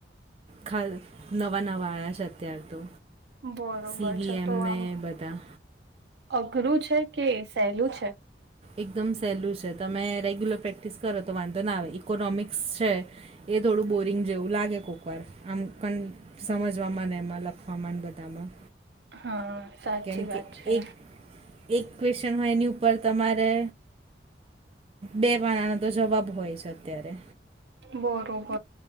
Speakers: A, on the right (about 30°); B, on the right (about 70°).
A: ખલ નવા, નવા આવ્યા છે અત્યાર તો
B: બરોબર
A: સીવીએમને
B: છે તો આમ
A: બધા
B: અઘરું છે કે સેલું છે.
A: એકદમ સહેલું છે તમે રેગ્યુલર પ્રેક્ટિસ કરો તો વાંધો ના આવે ઇકોનોમિક્સ છે. એ થોડું બોરિંગ જેવું લાગે કોક વાર આમ કં સમજવામાં એમાં લખવામાં ને બધામાં
B: હા સાચી
A: કેમ કે
B: વાત છે.
A: એક એક ક્વેશ્ચન હોય એની ઉપર તમારે બે પાનાંનો તો જવાબ હોય છે અત્યારે
B: બરોબર